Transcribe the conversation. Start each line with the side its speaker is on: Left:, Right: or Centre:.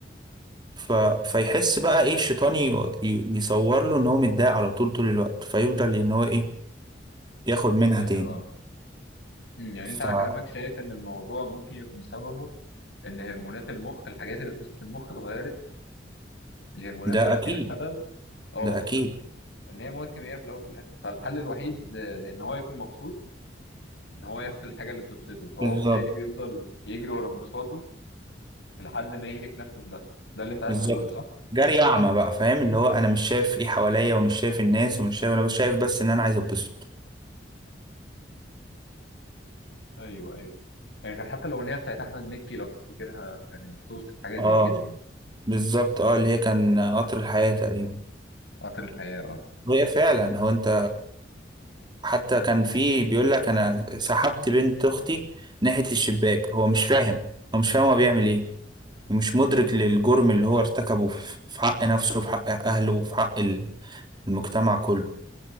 Right: ف... فيحس بقى ايه الشيطان ي... ي- يصور له ان هو متضايق على طول طول الوقت فيفضل ان هو ايه ياخد منها
Left: ايوه
Right: تاني
Left: اه امم يعني
Right: فده
Left: انت على كلامك شايف ان الموضوع ممكن يكون سببه ان هرمونات المخ الحاجات اللي بتوصل في وسط المخ اتغيرت فالهرمونات بقى
Right: اكيد
Left: فيها خلل اه
Right: ده اكيد
Left: ان هي مواد كيميائيه في الاول وفي الاخر فالحل الوحيد ل- لان هو يكون مبسوط ان هو ياخد الحاجه اللي بتبسطه فهو
Right: بالظبط
Left: بالتالي بيفضل يجري ورا انبساطه لحد ما يهلك نفسه بنفسه ده اللي انت عايز
Right: بالظبط
Left: تقوله صح؟
Right: جري اعمى بقى فاهم اللي هو انا مش شايف ايه حواليا ومش شايف الناس ومش شايف انا بس شايف بس ان انا عايز اتبسط
Left: ايوه ايوه يعني كان حتى الاغنيه بتاعت احمد مكي لو تفتكرها كانت بتوصف حاجه
Right: اه
Left: زي كده يعني
Right: بالظبط اه اللي هي كان قطر الحياه تقريبا
Left: قطر الحياه اه
Right: هي فعلا هو انت حتى كان في بيقول لك انا سحبت بنت اختي ناحية الشباك هو مش فاهم هو مش فاهم هو بيعمل ايه ومش مدرك للجرم اللي هو ارتكبه في في حق نفسه وفي حق اهله وفي حق ال- المجتمع كله